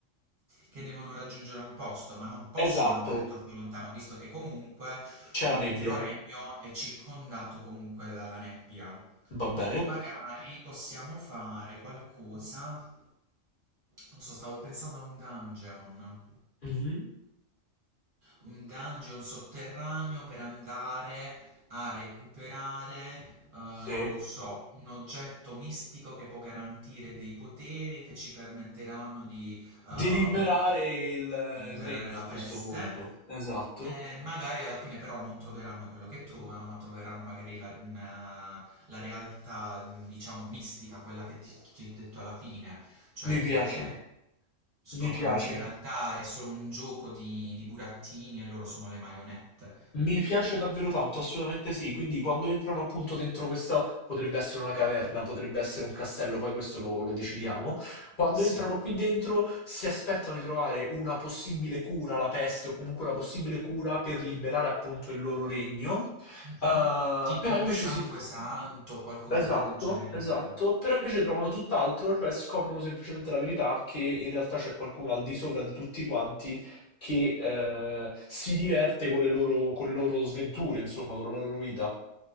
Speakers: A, on the right; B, on the left.
A: che devono raggiungere un posto, ma non possono
B: Esatto,
A: andare troppo lontano, visto che comunque
B: c'è
A: l'intero
B: la nebbia,
A: regno è circondato comunque dalla nebbia.
B: va bene.
A: Magari possiamo fare qualcosa. Non so, stavo pensando a un dungeon
B: Mhm.
A: un dungeon sotterraneo per andare a recuperare, eh, non
B: Sì.
A: lo so, un oggetto mistico che può garantire dei poteri che ci permetteranno di, ehm,
B: Di liberare il, il
A: di liberare
B: regno
A: la
B: a questo
A: peste.
B: punto. Esatto.
A: E magari alla fine però non troveranno quello che trovano, ma troveranno magari la, una- la realtà, mm, diciamo, mistica, quella che ti, ci ho detto alla fine cioè
B: Mi piace,
A: che scoprono
B: mi piace.
A: che in realtà è solo un gioco di, di burattini e loro sono le marionette.
B: Mi piace davvero tanto, assolutamente sì. Quindi quando entrano appunto dentro questa, potrebbe essere una caverna, potrebbe essere un castello, poi questo lo, lo decidiamo. Quando entrano
A: Sì,
B: qui dentro si aspettano di trovare una possibile cura alla peste o comunque una possibile cura per liberare appunto il loro regno.
A: Mhm.
B: Eh,
A: Tipo
B: però invece
A: un sangue
B: si,
A: santo, qualcosa
B: Esatto,
A: del genere.
B: esatto, però invece trovano tutt'altro, cioè scoprono semplicemente la verità che in realtà c'è qualcuno al di sopra di tutti quanti che eh, si diverte con le loro, con le loro sventure, insomma, con la loro vita.